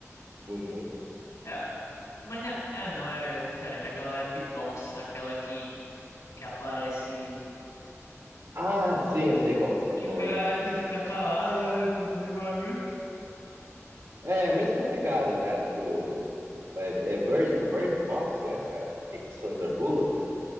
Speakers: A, on the right; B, on the left.
A: Uhum.
B: É, mas na... Ah, não, é diferente. Aquela lá é beatbox, aquela que, que aparece.
A: Ah, sim,
B: O...
A: eu
B: o-
A: sei qual que você tá
B: Que
A: falando.
B: a galera tem que ficar calada, né? Eu posso fazer barulho.
A: É a mesma pegada, cara, que o É, é Bird, Bird Box, né, cara? Que é com a Sandra Bullock.